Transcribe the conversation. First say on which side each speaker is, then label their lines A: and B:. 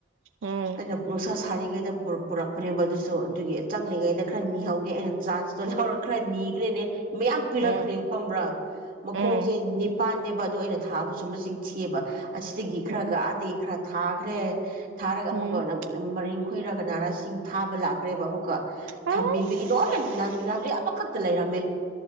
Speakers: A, on the right; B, on the right.
A: ꯎꯝ
B: ꯑꯩꯅ ꯃꯁ ꯊꯥꯔꯤꯉꯩꯗ ꯄꯨꯔꯛꯄꯅꯦꯕ ꯑꯗꯨꯁꯨ ꯑꯗꯨꯒꯤ ꯆꯪꯂꯤꯉꯩꯗ ꯈꯔ ꯅꯤꯍꯧꯒꯦ ꯑꯩꯅ ꯆꯥꯟꯁꯇꯣ ꯂꯧꯔꯒ ꯈꯔ ꯅꯤꯈ꯭ꯔꯦꯅꯦ ꯃꯌꯥꯝ ꯄꯤꯔꯛꯈ꯭ꯔꯦ
A: ꯎꯝ
B: ꯐꯪꯕ꯭ꯔꯥ ꯃꯈꯣꯡꯁꯦ
A: ꯎꯝ
B: ꯄꯥꯟꯅꯦꯦꯕ ꯑꯗꯨ ꯑꯩꯅ ꯊꯥꯕ ꯁꯨꯝꯕꯁꯤꯡ ꯊꯤꯑꯕ ꯑꯁꯤꯗꯒꯤ ꯈꯔꯒ
A: ꯎꯝ
B: ꯑꯥꯗꯒꯤ ꯈꯔ ꯊꯥꯈ꯭ꯔꯦ ꯊꯥꯔꯒ
A: ꯎꯝ
B: ꯑꯃꯨꯛꯀ ꯑꯣꯏꯅ ꯃꯔꯤꯡ ꯈꯣꯏꯔꯒ ꯀꯅꯥꯅꯁꯤꯡ ꯊꯥꯕ ꯂꯥꯛꯈ꯭ꯔꯦꯕ ꯑꯃꯨꯛꯀ
A: ꯑꯁ
B: ꯊꯝꯕꯤꯕꯒꯤ ꯂꯣꯏꯔ ꯅꯟꯒꯤ ꯍꯧꯖꯤꯛꯈꯛ ꯇ ꯂꯩꯔꯝꯃꯦ